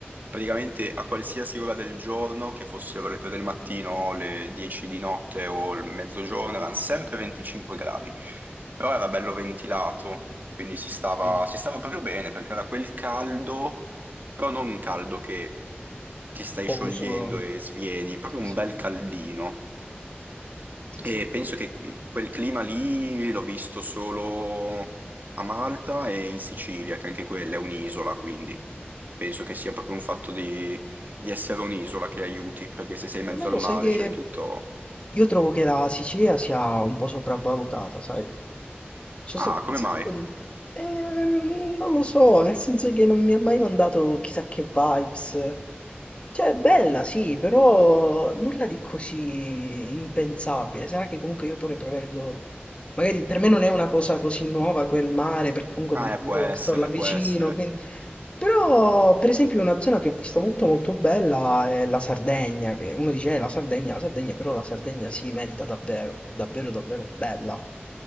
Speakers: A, on the right; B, on the left.
A: praticamente a qualsiasi ora del giorno, che fossero le 3 del mattino, le 10 di notte o il mezzogiorno, erano sempre 25 gradi, però era bello ventilato, quindi si stava,
B: Eh sì.
A: si stava proprio bene perché era quel caldo, però non un caldo che ti stai
B: Poco
A: sciogliendo
B: solo.
A: e svieni, proprio
B: Sì,
A: un
B: sì.
A: bel caldino.
B: Sì, sì.
A: E penso che quel clima lì l'ho visto solo a Malta e in Sicilia, che anche quella è un'isola, quindi penso che sia proprio un fatto di, di essere un'isola che aiuti, perché se sei in mezzo
B: Almeno
A: al
B: lo
A: mare
B: sai che
A: c'hai tutto...
B: io trovo che la Sicilia sia un po' sopravvalutata, sai? Ci
A: Ah,
B: sono
A: come
B: un sacco
A: mai?
B: di... Ehm, non lo so, nel senso che non mi ha mai mandato chissà che vibes. Cioè, è bella, sì, però nulla di così impensabile. Sarà che comunque io pure prevendo... Magari per me non è una cosa così nuova quel mare, perché comunque
A: Ah, eh, può
B: io
A: essere,
B: sto là vicino,
A: può essere.
B: quindi... Però, per esempio, una zona che ho visto molto molto bella è la Sardegna, che uno dice, eh, la Sardegna, la Sardegna, però la Sardegna si merita davvero, davvero, davvero bella.